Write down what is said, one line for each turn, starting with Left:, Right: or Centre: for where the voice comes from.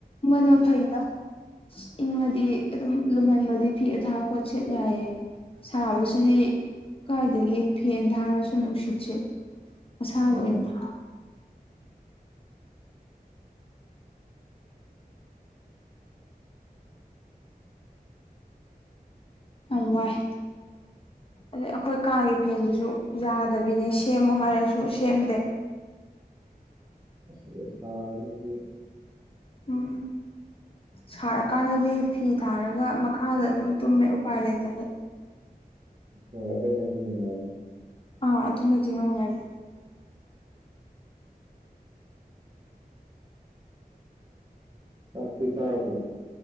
Left: ꯃꯅꯥ ꯐꯩꯗ ꯏꯪꯉꯗꯤ ꯑꯗꯨꯝ ꯂꯨꯝꯍꯟꯕꯗꯤ ꯐꯤ ꯑꯊꯥ ꯈꯣꯠ ꯁꯦꯠ ꯌꯥꯏꯌꯦ ꯁꯥꯕꯁꯤꯗꯤ ꯀꯥꯏꯗꯒꯤ ꯐꯦꯟ ꯊꯥꯔꯁꯨ ꯅꯨꯡꯁꯤꯠꯁꯤ ꯑꯁꯥꯕ
Right: ꯑꯣ
Left: ꯑꯣꯏꯅ ꯑ ꯋꯥꯏ ꯑꯗꯩ ꯑꯩꯈꯣꯏ ꯀꯥꯒꯤ ꯐꯦꯟꯁꯤꯁꯨ ꯌꯥꯗꯕꯤꯅꯦ ꯁꯦꯝꯃꯣ ꯍꯥꯏꯔꯁꯨ ꯁꯦꯝꯗꯦ
Right: ꯑꯁꯗ ꯊꯥꯅꯦꯗꯤ
Left: ꯎꯝ ꯁꯥꯔꯀꯥꯟꯗꯗꯤ ꯐꯤ ꯊꯥꯔꯒ ꯃꯈꯥꯗ ꯑꯗꯨꯝ ꯇꯨꯝꯃꯦ ꯎꯄꯥꯏ ꯂꯩꯇꯕ
Right: ꯎ ꯑꯗꯨꯗ ꯃꯦꯗ
Left: ꯑ ꯑꯗꯨꯅ ꯑꯗꯨꯅꯉꯦ
Right: ꯆꯥꯛꯄꯤ ꯇꯥꯕꯣ